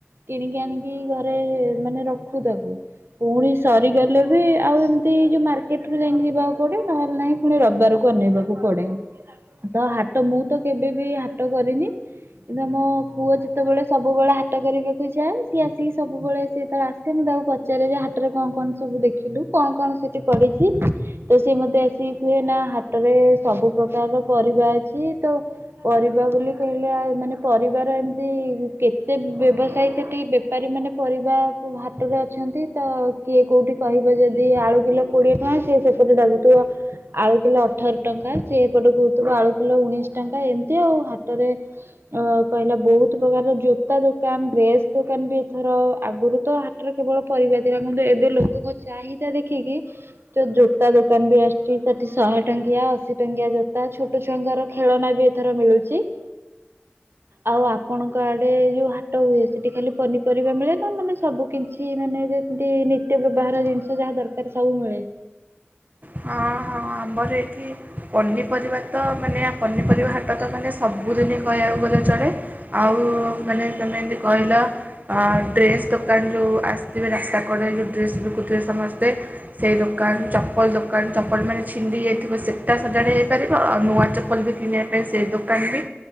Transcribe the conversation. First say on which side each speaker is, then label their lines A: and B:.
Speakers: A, on the right; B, on the right.
A: କିଣିକି ଆଣିକି ଘରେ ମାନେ ରଖୁ ତାକୁ ପୁଣି ସରିଗଲେ ବି ଆଉ ଏମିତି ଯୋଉ ମାର୍କେଟ ରୁ ଯାଇକି ଯିବାକୁ ପଡେ ନହେଲେ ନାଇଁ ପୁଣି ରବାରକୁ ଅନେଇବାକୁ ପଡେ ତ ହାଟ ମୁଁ ତ କେବେ ବିି ହାଟ କରିନି। କିନ୍ତୁ ଆମ ପୁଅ ଯେତେବେଳେ ସବୁବେଳେ ହାଟ କରିବାକୁ ଯାଏ ସିଏ ଆସିକି ସବୁବେଳେ ସେ ତଳେଆସେ ସେ ମୁଁ ତାକୁ ପଚାରେ ଯେ ହାଟରେ କଣ କଣ ସବୁ ଦେଖିଲୁ କଣ କଣ ସେଠି ପଡିଚି। ତ ସିଏ ମତେ ଆସିକି କୁହେ ନା ହାଟରେ ସବୁ ପ୍ରକାରର ପରିବା ଅଛି ତ ପରିବା ବୋଲି କହିଲେ ଆ ମାନେ ପରିବାର ଏମିତି କେତେ ବ୍ୟବସାୟୀ ସେଠି ବେପାରୀମାନେ ପରିବା ହାଟରେ ଅଛନ୍ତି। ତ କିଏ କୋଉଠି କହିବ ଯଦି ଆଳୁ କିଲୋ କୋଡିଏ ଟଙ୍କା ସିଏ ସେପଟେ ଡାକୁୁଥିବ ଆଳୁ କିଲୋ ଅଠର ଟଙ୍କା ସେ ଏପଟେ କହୁଥିଲ ଆଳୁ କିଲୋ ଉଣେଇଶି ଟଙ୍କା ଏମିତି ଆଉ ହାଟରେ ଅ କହିଲା ବହୁତ ପ୍ରକାର ଜୋତା ଦୋକାନ ଡ୍ରେସ୍ ଦୋକାନ ବି ଏଥର ଆଗରୁ ତ ହା ଟରେ କେବଳ ପରିବା ଥିଲା କିନ୍ତୁ ଏବେ ଲୋକଙ୍କ ଚାହିଦା ଦେଖିକି ଯୋଉ ଜୋତା ଦୋକାନ ବି ଆସିୁଛି ସେଠି ଶହେ ଟଙ୍କିଆ ଅଶୀ ଟଙ୍କିଆ ଜୋତା ଛୋଟ ଛୁଆଙ୍କର ଖେଳନା ବି ଏଥର ମିଳୁଚି। ଆଉ ଆପଣଙ୍କ ଆଡେ ହେଉ ହାଟ ହୁଏ ସେଠି ଖାଲି ପନିପରିବା ମିଳେ ନା ମାନେ ସବୁ କି କିଛି ମାନେ ଯେମିତି ନିତ୍ୟ ବ୍ୟବହାର ଜିନିଷ ଯାହା ଦରକାର ସବୁ ମିଳେ।
B: ହଁ ହଁ ଆମର ଏଇଠି ପନିପରିବା ତ ମାନେ ଆ ପନିପରିବା ହା ଟ ତ ମାନେ ସବୁଦିନ କହିବାକୁ ଗଲେ ଚଳେ ଆଉ ମାନେ ତମେ ଯେମିତି କହିଲ ଅ ଡ୍ରେସ ଦୋକାନ ଯୋଉ ଆସିଥିବେ ରାସ୍ତା କଡ ଯୋଉ ଡ୍ରେସ ବିକୁଥିବେ ସମସ୍ତେ। ସେଇ ଦୋକାନ ଚପଲ ଦୋକା କାନ ଚପଲ ମାନ ଛିଣ୍ଡି ଯାଇଥିବ ସେଇଟା ସଜାଡି ହେଇପାରିବ ଆଉ ନୂଆ ଚପଲ ବି କିଣିବା ପାଇଁ ସେଇ ଦୋକାନ ବି